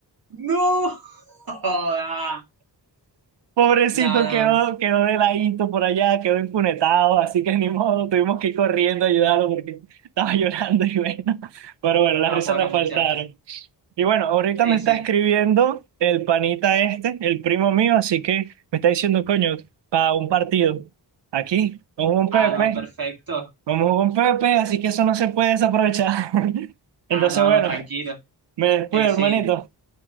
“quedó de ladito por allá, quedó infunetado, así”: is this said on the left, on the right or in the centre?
Right